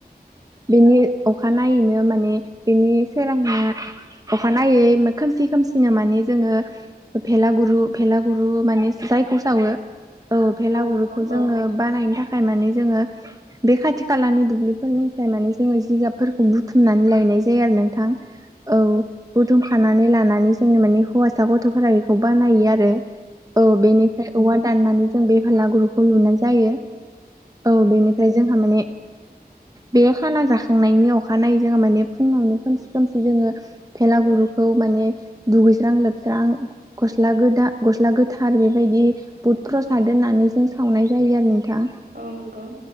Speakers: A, on the right (about 20°); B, on the right (about 70°).
A: बेनि अखानायनायैनो माने बेनि सोरां अखानायै खोमसि खोमसिनो माने जोङो भेलागुरु भेलागुरु माने जायखौ सावो औ भेलागुरिखौ
B: नंगौ
A: जोङो
B: औ
A: बानायनो थाखाय माने जोङो बे खाथि खालानि दुब्लिफोरनिफ्राय माने जोङो जिगाबफोरखौ बुथुमनानै लायनाय जायो आरो नोंथां औ बुथुम खानानै लानानै जोंनो माने हौवासा गथ'फोरा बेखौ बानायो आरो औ बेनिफ्राय औवा दाननानै जों बेफालागुरुखौ लुनाय जायो औ बेनिफ्राय जोंहा माने बे खाला जाखांनायनि अखानायै जोंहा माने फुङावनो खोमसि खोमसि जोङो भेला गुरुखौ माने दुगैस्रां लोबस्रां गस्ला गोदा गस्ला गोथार बेबायदि बुद प्रसाद होननानै जों सावनाय जायो आरो नोंथां
B: औ नंगौ